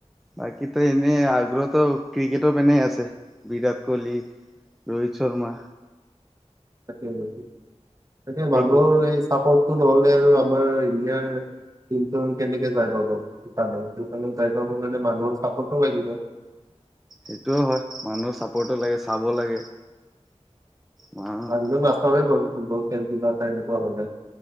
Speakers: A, in the centre; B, on the right.
A: বাকীতো এনে আগ্ৰহতো ক্ৰিকেটৰ পিনেই আছে বিৰাট কোহলি, ৰোহিত শৰ্মা
B: থাকে নেকি? তাতে মানুহৰ
A: এই ক
B: এই চাপৰ্ট নহলে আৰু আমাৰ ইণ্ডিয়াৰ টিমটো কেনেকে যাই পাব ফিফালে ফিফালে যাই পাব কাৰনে মানুহৰ চাপৰ্টো লাগিব।
A: সেইটোও হয় মানুহৰ চাপৰ্টো লাগে চাব লাগে। উম,
B: আজিও নাচাওৱে বাৰো। ফুটবল খেল কিবা এটা এনেকুৱা হলে